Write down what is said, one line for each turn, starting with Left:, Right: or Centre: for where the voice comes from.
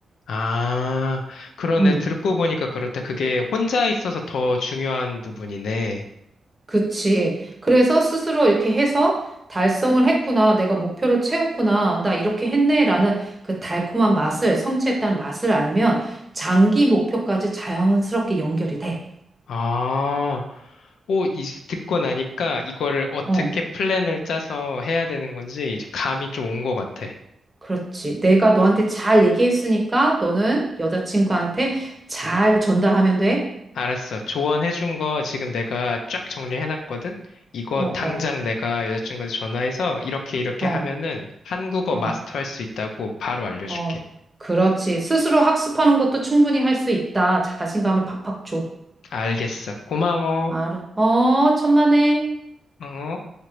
Left: 아, 그러네.
Right: 음.
Left: 듣고 보니까 그렇다. 그게 혼자 있어서 더 중요한 부분이네.
Right: 그치. 그래서 스스로 이렇게 해서 달성을 했구나. 내가 목표를 채웠구나. 나 이렇게 했네라는 그 달콤한 맛을, 성취했다는 맛을 알면 장기 목표까지 자연스럽게 연결이 돼.
Left: 아, 오, 이, 듣고 나니까 이거를 어떻게
Right: 어,
Left: 플랜을 짜서 해야 되는 건지 이제 감이 좀 온 것 같아.
Right: 그렇지. 내가 너한테 잘 얘기했으니까 너는 여자친구한테 잘 전달하면 돼.
Left: 알았어. 조언해준 거 지금 내가 쫙 정리해놨거든? 이거
Right: 어,
Left: 당장
Right: 어,
Left: 내가 여자친구한테 전화해서 이렇게 이렇게
Right: 어,
Left: 하면은 한국어
Right: 어,
Left: 마스터할 수 있다고 바로 알려줄게.
Right: 어. 그렇지. 스스로 학습하는 것도 충분히 할 수 있다. 자신감을 팍팍 줘.
Left: 알겠어. 고마워.
Right: 알아. 어, 천만에.
Left: 어?